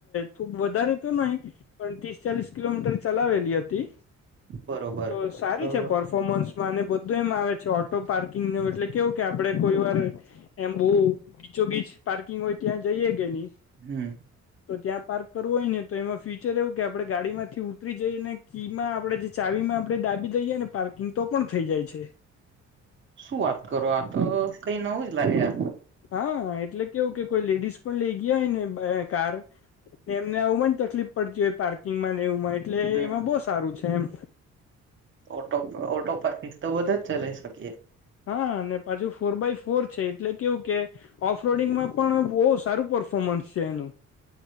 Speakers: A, on the left; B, on the right.
A: ખૂબ વધારે તો નઈ. પણ ત્રીસ ચાલીસ કિલોમીટર ચલાવેલી હતી.
B: બરોબર
A: તો સારી
B: તો
A: પર્ફોર્મન્સમાં અને બધું એમ આવે છે. ઓટો પાર્કિંગનું એટલે કેવું કે આપડે કોઈ વાર એમ બોવ ગીચોગીચ પાર્કિંગ હોય ત્યાં જઈએે કે નહી
B: હમ.
A: તો ત્યાં પાર્ક કરવું હોય ને તો એમાં ફ્યુચર એવું કે આપડે ગાડીમાંથી ઉતરી જઈએ ને કી માં આપણે જે ચાવીમાં આપણે ડાબી દઈએ ને પાર્કિંગ તો પણ થઈ જાય છે.
B: શું વાત કરો આ તો કઈ નવું જ લાવ્યા.
A: હા એટલે કેવું કે કોઈ લેડીઝ પણ લઈ ગયા હોય ને કાર એમને આવું જ તકલીફ પડતી હોય પાર્કિંગમાં ને એવું એટલે
B: હમ
A: એમાં બો સારું છે એમ.
B: ઓટો ઓટો પાર્કિંગ તો બધે જ ચલાઈ શકીએ.
A: હા અને પાછુ ફોર બાય ફોર છે એટલે કેવું કે ઓફ રોડિંગમાં પણ બોવ સારું પરફો પર્ફોર્મન્સ છે એનું.